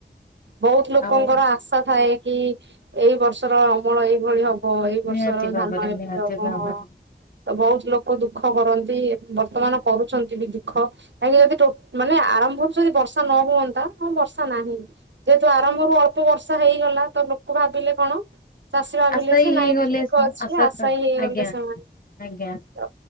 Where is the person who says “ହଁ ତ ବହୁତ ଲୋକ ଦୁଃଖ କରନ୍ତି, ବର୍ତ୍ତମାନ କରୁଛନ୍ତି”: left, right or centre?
Right